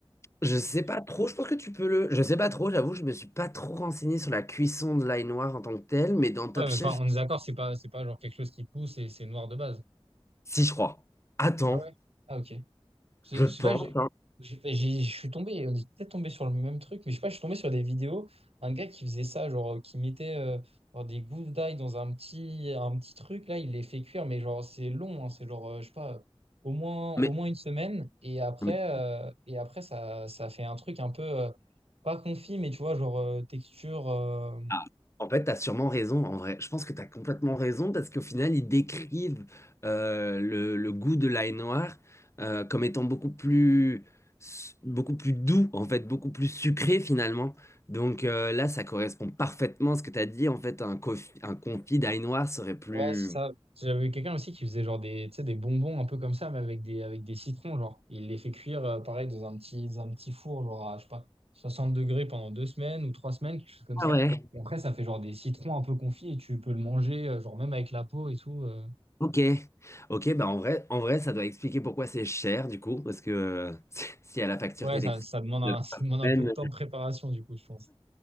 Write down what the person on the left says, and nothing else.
Je
sais pas trop, je pense que tu peux le. Je sais pas trop, j'avoue, je me suis pas trop renseigné sur la cuisson de l'ail noir en tant que tel, mais dans Top
Chef,
si je crois. Attends,
je pense.
hein.
Mais,
mais-
ah, en fait, t'as sûrement raison, en vrai. Je pense que t'as complètement raison parce qu'au final, ils décrivent euh, le, le goût de l'ail noir euh, comme étant beaucoup plus, su- beaucoup plus doux, en fait, beaucoup plus sucré finalement. Donc euh, là, ça correspond parfaitement à ce que t'as dit. En fait, un, confi- un confit d'ail noir serait plus.
Ah ouais,
ok. Ok, bah en vrai, en vrai, ça doit expliquer pourquoi c'est cher du coup, parce que euh, <laughs> s'il y a la facture
d'électricité.
de
la
semaine.